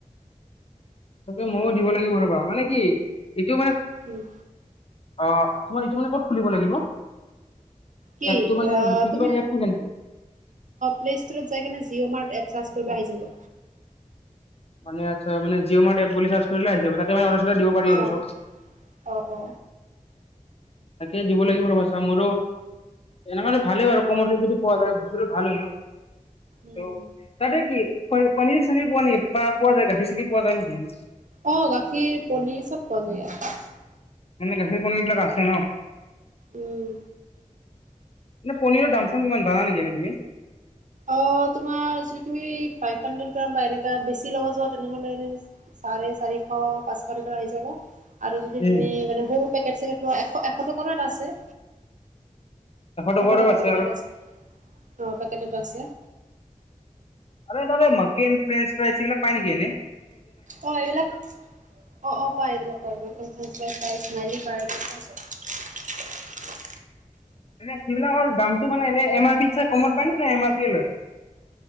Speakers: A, on the left; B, on the right.
A: চবে ময়ো দিব লাগিব ৰবা, মানে কি এইটো মানে
B: উম
A: অ' আমাৰ এইটো মানে ক'ত খুলিব লাগিব।
B: কি
A: এপটো মানে কি
B: তুমি
A: কিবা এপ থাকে নেকি
B: প্লেষ্টৰত যাই কিনে জিঅ' মাৰ্ট এপপ চাৰ্জ তোৰ আহি যাব।
A: মানে আচ্ছা মানে জিঅ' মাৰ্ট এপ বুলি চাৰ্চ কৰিলে আহি যাব। তাতে মানে অৰ্ডাৰ দিব পাৰি আৰু
B: অ
A: চব।
B: অ অ
A: তাকে দিব লাগিব ৰ'বা আছা মোৰো এনেকো ভালেই বাৰু কমৰ যদি পোৱা যায় বছুটো ভাল হয় ন
B: উম
A: অ তাতে কি পনীৰ চনীৰ পোৱা নে বা পোৱা যায় গাখীৰ চাখীৰ পোৱা যায় নেকি
B: অ গাখীৰ পনিৰ চব পোৱা যায় ইয়াত
A: এনে গাখীৰ পনীৰ এই বিলাক আছে ন।
B: উম
A: এ পনীৰৰ দাম চাম কিমান জানা নেকি এানই তুমি।
B: অ তমাৰ বে লব যোৱা তেনেহ <inaudible> চাৰে চাৰিশ পাঁচশ টকাৰ আহি যাব। আৰু যদি
A: এশ
B: তুমি মানে সৰু পেকেট চেকেট লোৱা এশ এশ টকাৰো এাত আছে।
A: টকাৰো
B: এশ টকাৰ
A: আছে
B: পেকেটত
A: আৰু
B: আছে অ পেকেটত আছে।
A: আ ত <unintelligible> মাকেন ফ্ৰেঞ্চ ফ্ৰাইিলাক পায় নেকি এনেই
B: অ এইবিলাক অ' অ' পায় এইবিলাক পাই মছাইছ্মালি পাই <unintelligible>
A: সেইবিলাকৰ দামতটো মানে এনে এম আৰ পিত চাই কমত পায় ন নে এম আৰ পি লয় <inaudible>